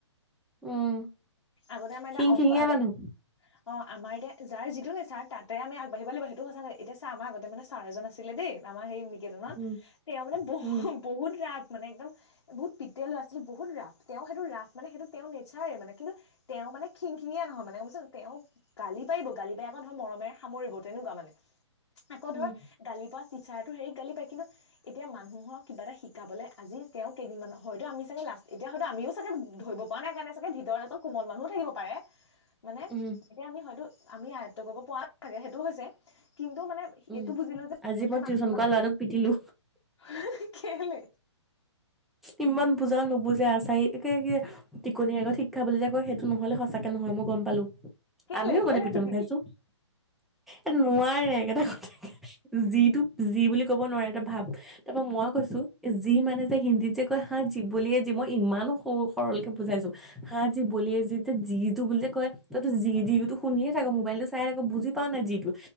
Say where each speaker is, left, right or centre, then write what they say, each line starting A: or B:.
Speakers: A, in the centre; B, on the left.
A: উম
B: আগতে আমাৰ এতিয়া
A: খিং
B: অংক
A: খিঙীয়া
B: আগতে
A: মানুহ
B: অঁ আমাৰ এতিয়া যাৰ যিটো নে ছাৰ তাতে আম আগবাঢ়িব লাগিব সেইটো সঁচা এতিয়া ছাৰ এজন আগতে মানে ছাৰ এজন আছিলে দেই আমাৰ স ত
A: উম
B: তেওঁ মানে বহুত
A: উম
B: বহুত ৰাস মানে একদম বহুত পিয়ল আছিল ৰা তেওঁ সেইটো ৰাফ মানে সেইটো তেওঁৰ নেচাৰেই মানে কিন্তু তেওঁ মানে খিং খিঙিয়ে নহয় মানে গম পাইছেনে তেওঁ গালি পাৰিব গালি পাই আকৌ মৰমেৰে সামৰিব তেনেকুৱা মানে আকৌ
A: উম
B: ধৰ গালি পৰা চাৰো হেৰি গালি পায় কিন্তু এতিয়া মানুহক কিবা এটা শিকাবলৈ আজি তেওঁ কেইদিনমানৰ হয়তো আমি চাগে লাষ্ট তেতিয়া হয়তো আমিও চাগে ধৰিব প পৰা নাই কাৰণে চাগে ভিতৰত এজন কোমল মানুহও থাকিব পাৰে মানে
A: উম
B: এতিয়া আমি হয়তো আমি আয়ত্ব কৰিব পৰা ন লাগে সেইটো হৈছে কিন্তু মানে
A: উম
B: এইটো বুজিলো যে
A: আজি
B: পটকে
A: মই টিউচন
B: মানুহজনক
A: কৰা ল'ৰাটোক পিটিলো
B: হি হি হি কেলে?
A: ইমান বুজাও নুবুজে আ চাই কি টিকনিৰ আগত শিক্ষা বুলি যে সেইটো নহলে সঁচাকে নহয় মই গম পালো
B: কেলে
A: আমিও আগতে
B: কেলে
A: পিতন
B: পিটিলি
A: খাইছো এ নোৱাৰে একেতা কথা যিটোক যি বুলি ক'ব নোৱাৰে এটা ভাব তাৰ পৰা মইও কৈছো যি মানে যে হিন্দীত যে কয় হা জীৱলিয়ে যি মই ইমানো স সৰলকে বুজাইছো হা জীৱলে যি যে যিটো বুল কয় ত যি
B: উম,
A: যি তু শুনিয়ে থাক মোবাইলতটো চাই থাক বুজি পা নাই যিটো